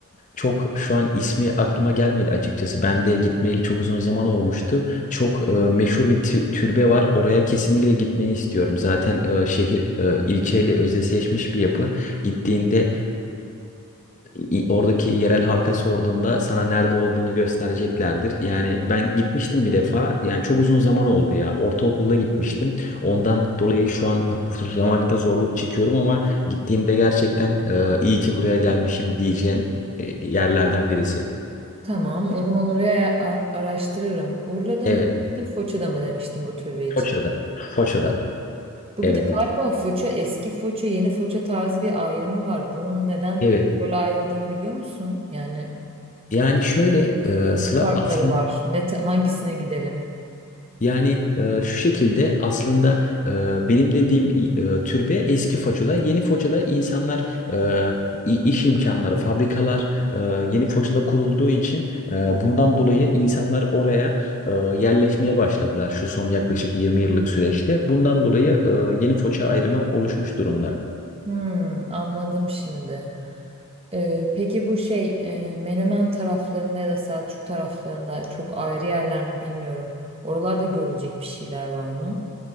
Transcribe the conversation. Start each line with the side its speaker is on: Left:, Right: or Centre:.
Left: çok şu an ismi aklıma gelmedi açıkçası. Ben de gitmeyeli çok uzun zaman olmuştu. Çok e, meşhur bir tü- türbe var. Oraya kesinlikle gitmeni istiyorum. Zaten e, şehir e, ilçeyle özdeşleşmiş bir yapı. Gittiğinde i- oradaki yerel halka sorduğunda sana nerede olduğunu göstereceklerdir. Yani ben gitmiştim bir defa. Yani çok uzun zaman oldu ya. Ortaokulda gitmiştim. Ondan dolayı şu an hatırlamakta zorluk çekiyorum ama gittiğimde gerçekten e, iyi ki buraya gelmişim diyeceğin e, yerlerden birisi.
Right: Tamam, o zaman oraya a- araştırırım. Urla'da
Left: Evet.
Right: mı demiştin, Foça'da mı demiştin bu türbe için?
Left: Foça'da. Foça'da.
Right: Bu
Left: Evet.
Right: bir de galiba Foça, eski Foça, yeni Foça tarzı bir ayrımı var. Bunun neden
Left: Evet.
Right: böyle ayrıldığını biliyor musun? Yani
Left: Yani şöyle e,
Right: ne
Left: Sıla
Right: farkları
Left: aslında
Right: var? Ne, ta- hangisine gidelim?
Left: Yani e, şu şekilde aslında e, benim dediğim e, türbe eski Foça'da. Yeni Foça'da insanlar e, i- iş imkanları, fabrikalar e, yeni Foça'da kurulduğu için e, bundan dolayı insanlar oraya e, yerleşmeye başladılar şu son yaklaşık 20 yıllık süreçte. Bundan dolayı e, yeni Foça ayrımı oluşmuş durumda.
Right: Hmm, anladım şimdi. Ee, peki bu şey e, Menemen taraflarında ya da Selçuk taraflarında çok ayrı yerler mi bilmiyorum. Oralarda görülecek bir şeyler var mı?